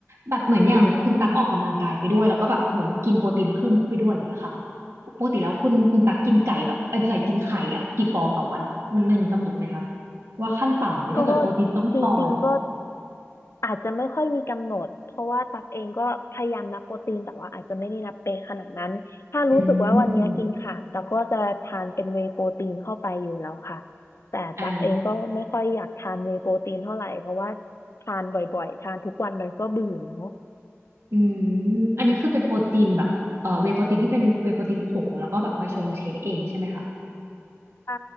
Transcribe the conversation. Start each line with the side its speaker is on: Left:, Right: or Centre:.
Right: แบบเหมือนอย่างคุณตักออกกำลังกายไปด้วยแล้วก็แบบเหมือนกินโปรตีนเพิ่มเข้าไปด้วยอย่างเงี้ยค่ะปกติแล้วคุณคุณตักกินไก่แบบไอ้ยไม่ใช่กินไข่อ่ะกี่ฟองต่อวันมันมันมีกำหนดไหมคะว่าขั้นต่ำเลยถ้าเกิดโปรตีนต้องพออะไรอย่างเงี้ย
Left: ก็จริงๆก็ อาจจะไม่ค่อยมีกำหนดเพราะว่าตักเองก็พยายามนับโปรตีนแต่ว่าอาจจะไม่ได้นับเป๊ะขนาดนั้นถ้ารู้สึกว่าวันนี้กินขาดตักก็จะทานเป็นเวย์โปรตีนเข้าไปอยู่แล้วค่ะ
Right: อืม
Left: แต่ตักเองก็ไม่ค่อยอยากทานเวย์โปรตีนเท่าไหร่เพราะว่า
Right: อ่า
Left: ทานบ่อยๆทานทุกวันมันก็เบื่อเนาะ
Right: อืมอันนี้คือเป็นโปรตีนแบบเอ่อเวย์โปรตีนที่เป็นเวย์โปรตีนผงแล้วก็แบบมาชงเชคเองใช่ไหมคะ
Left: ใช่